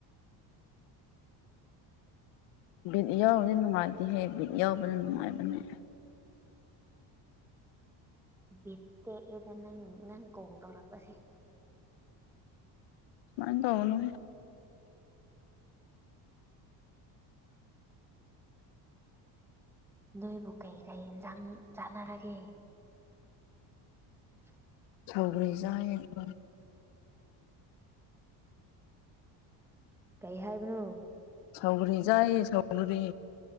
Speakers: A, on the left (about 85°); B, in the centre.
A: ꯕꯤꯠ ꯌꯥꯎꯔꯗꯤ ꯅꯨꯡꯉꯥꯏꯇꯍꯦ ꯕꯤꯠ ꯌꯥꯎꯕꯗ ꯅꯨꯡꯉꯥꯏꯕꯅꯦ
B: ꯕꯤ ꯇꯦꯛꯑꯗ ꯅꯪ ꯅꯪ ꯀ ꯇꯧꯔꯛꯄꯁꯦ
A: ꯃꯥꯡ ꯇꯧꯅ
B: ꯅꯣꯏꯕꯨ ꯀꯩ ꯀꯩ ꯌꯦꯟꯁꯥꯡ ꯆꯥꯟꯅꯔꯒꯦ <inaudible>
A: ꯁꯧꯔꯤꯖ ꯑꯩꯀꯣ
B: ꯀꯩ ꯍꯥꯏꯕꯅꯣ
A: ꯁꯥꯎꯒ꯭ꯔꯤꯖꯥꯏꯌꯦ ꯁꯥꯎꯒꯔꯤ